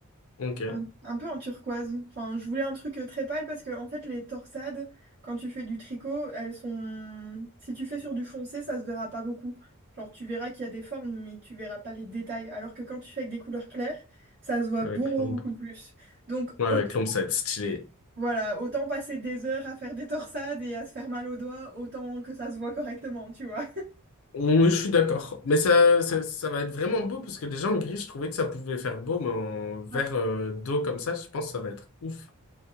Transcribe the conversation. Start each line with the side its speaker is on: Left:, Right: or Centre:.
Left: Ok,
Right: Un, un peu en turquoise. Enfin, je voulais un truc euh, très pâle parce que, en fait, les torsades, quand tu fais du tricot, elles sont... Si tu fais sur du foncé, ça se verra pas beaucoup. Genre, tu verras qu'il y a des formes, mais tu verras pas les détails. Alors que quand tu fais avec des couleurs claires, ça se voit
Left: avec
Right: beaucoup
Left: l'ombre.
Right: plus. Donc,
Left: Ouais,
Right: autant
Left: avec Londres, ça va être stylé.
Right: Voilà, autant passer des heures à faire des torsades et à se faire mal aux doigts, autant que ça se voit correctement, tu vois.
Left: Oui, je suis d'accord. Mais ça, ça, ça va être vraiment beau parce que déjà en gris, je trouvais que ça pouvait faire beau, mais en vert
Right: Ouais.
Left: euh, d'eau comme ça, je pense que ça va être ouf.